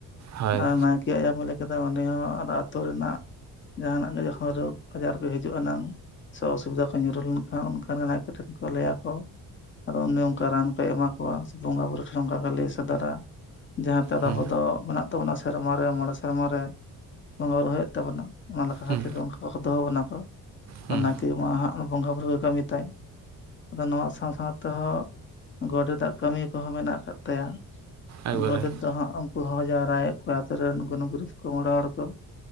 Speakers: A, on the right; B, on the left.
A: ᱦᱳᱭ
B: ᱟᱨ ᱱᱟᱭᱠᱮ ᱪᱮᱫᱞᱮᱠᱟ ᱢᱚᱱᱮ ᱠᱮᱫᱟ ᱩᱱᱤ ᱦᱚᱸ ᱟᱨ ᱟᱹᱛᱩ ᱨᱮᱱᱟᱜ ᱡᱟᱦᱟᱱᱟᱜ ᱜᱮ ᱡᱚᱠᱷᱚᱱ ᱨᱳᱜᱽ ᱟᱡᱟᱨ ᱠᱚ ᱦᱤᱡᱩᱜ ᱟᱱᱟᱝ ᱥᱮ ᱚᱥᱩᱵᱤᱫᱟ ᱠᱚ ᱧᱩᱨᱩ ᱞᱮᱱᱠᱷᱟᱱ ᱚᱱᱠᱟᱱ ᱨᱮ ᱱᱟᱷ ᱟᱠᱚ ᱴᱷᱮᱱ ᱠᱚ ᱞᱟᱹᱭᱟᱠᱚ ᱟᱫᱚ ᱩᱱᱤ ᱚᱱᱠᱟ ᱨᱟᱱ ᱠᱚᱭ ᱮᱢᱟ ᱠᱚᱣᱟ ᱥᱮ ᱵᱚᱸᱜᱟᱼ ᱵᱩᱨᱩ ᱴᱷᱮᱱ ᱚᱱᱠᱟ ᱜᱮ ᱞᱟᱹᱭ ᱥᱚᱫᱚᱨᱟ ᱡᱟᱦᱟᱸᱛᱮ ᱟᱨ
A: ᱦᱩᱸ
B: ᱟᱵᱚ ᱫᱚ ᱢᱮᱱᱟᱜ ᱛᱟᱵᱚᱱᱟ ᱥᱮᱨᱢᱟ ᱨᱮ ᱢᱚᱬᱮ ᱥᱮᱨᱢᱟ ᱨᱮ ᱵᱚᱸᱜᱟ ᱵᱩᱨᱩ ᱦᱩᱭᱩᱜ ᱛᱟᱵᱚᱱᱟ ᱚᱱᱟ ᱞᱮᱠᱟ
A: ᱦᱩᱸ
B: ᱠᱷᱟᱹᱛᱤᱨ ᱜᱮ ᱚᱱᱠᱟᱠᱚ ᱫᱚᱦᱚ ᱵᱚᱱᱟ ᱠᱚ
A: ᱦᱩᱸ
B: ᱱᱟᱭᱠᱮ ᱱᱚᱣᱟ ᱦᱟᱸᱜ ᱵᱚᱸᱜᱟᱼ ᱵᱩᱨᱩ ᱠᱟᱹᱢᱤ ᱛᱟᱭ ᱟᱫᱚ ᱱᱚᱣᱟ ᱥᱟᱶ ᱥᱟᱶ ᱛᱮᱦᱚᱸ ᱜᱚᱰᱮᱛᱟᱜ ᱠᱟᱹᱢᱤ ᱠᱚᱦᱚᱸ ᱢᱮᱱᱟᱜ ᱟᱠᱟᱫ ᱛᱟᱭᱟ
A: ᱮᱠᱵᱟᱨᱮ
B: ᱜᱚᱰᱮᱛ ᱫᱚ ᱦᱟᱸᱜ ᱩᱱᱠᱩ ᱦᱚᱦᱚ ᱡᱟᱣᱨᱟᱭᱮᱫ ᱠᱚᱣᱟ ᱟᱛᱳ ᱨᱮᱱ ᱜᱩᱱ ᱜᱩᱨᱩ ᱠᱚ ᱢᱚᱬᱮ ᱦᱚᱲ ᱠᱚ